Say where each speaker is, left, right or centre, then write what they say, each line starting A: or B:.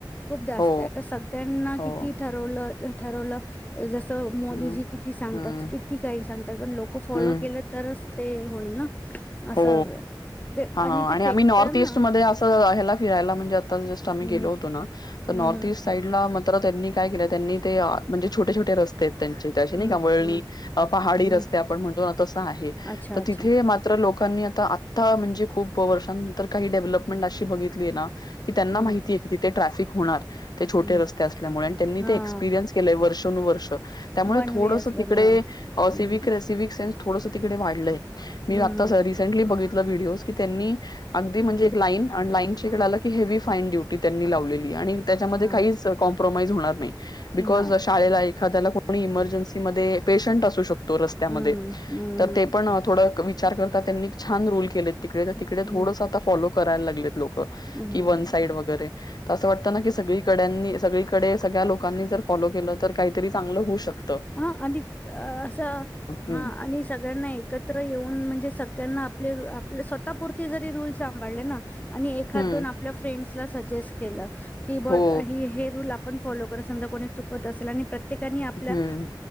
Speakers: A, on the left; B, on the left.
A: खूप जास्त
B: हो
A: आहे. तर सगळ्यांना
B: हो
A: किती ठरवलं तर ठरवलं. जसं मोदीजी
B: हम्म
A: किती सांगतात,
B: हम्म
A: किती काही सांगतात. पण लोक फॉलो
B: हम्म
A: केलं तरच. स्ते होईलं ना. असं
B: हो,
A: ते
B: हा,
A: ते
B: आणि
A: फेकतं
B: आम्ही नॉर्थ ईस्ट
A: ना
B: मधे अस हेला फिरायला म्हणजे. आता जस्ट आम्ही
A: हं,
B: गेलो होतो ना, तर
A: हं,
B: नॉर्थ
A: हं,
B: ईस्ट साइडला तर त्यांनी काय केलं त्यांनी ते म्हणजे छोटे-छोटे रस्ते त्यांचे ते असे
A: हं,
B: नाही का वळणी,
A: हं,
B: पहाडी
A: हं.
B: रस्ते आपण म्हणतो ना तसं आहे.
A: अच्छा,
B: तर
A: अच्छा.
B: तिथे लोकांनी आता-आता म्हणजे खूप वर्षानंतर काही डेव्हलपमेंट अशी बघितली आहे ना. कि त्यांना
A: हं,
B: माहितीय कि तिथे. ट्रॅफिक होणार. ते छोटे
A: हं.
B: रस्ते असल्यामुळे आणि त्यांनी
A: हां,
B: ते एक्सपिरियन्स केलय वर्ष. वर्षातूनवर्ष. त्यामुळे
A: वन
B: थोडस
A: वे असल्यामुळं.
B: तिकडे
A: हं,
B: सिव्हिक-सिव्हिक सेन्स. थोडंसं तिकडे वाढलंय. मी
A: हं,
B: आत्ता
A: हं,
B: रिसेंटली बघितल. व्हिडओ कि त्यांनी. अगदी म्हणजे
A: हं.
B: एक लाईन अर्न लाईन ईकड आलं की, हेवी फाईन ड्यूटी त्यांनी लावली. आणि त्याच्यामध्ये
A: हां,
B: काहीच काॅम्पि प्रोमाइज होणार नाही. बिकॉज
A: हां.
B: शाळेला एक एखाद्याला कोणी इमर्जन्सी मध्ये पेशंट असू शकतो. तो रस्त्यामध्ये
A: हं, हं,
B: तर
A: हं.
B: ते पण थोड क्वि विचार करता त्यांनी छान रोल केले. तिकडे तर
A: हं,
B: तिकडे
A: हं.
B: थोडसं आता फॉलो. करायला लागलेत. लोक.
A: बरं.
B: की वन साईड वगैरे असं वाटत नाी सगळी कड्यांंनी सगळीकडे सगळ्या लोकांनी जर फॉलो केलं तर, काहीतरी चांगलं होऊ शकत.
A: हा आणि असं
B: हम्म
A: हा आणि सगळ्यांना एकत्र येऊन म्हणजे स त्यांना आपले आप स्वतःपुरती जरी रूल सांभाळले ना आणि एखाद
B: हम्म
A: दोन आपल्या फ्रेंड्स सजेस् केलं. कि ब
B: हो
A: अं अं ह हे रूल पण फॉलो करन्यात समजा कोणी चुकत असेल आणि प्र त्येकानी आपल्या
B: हम्म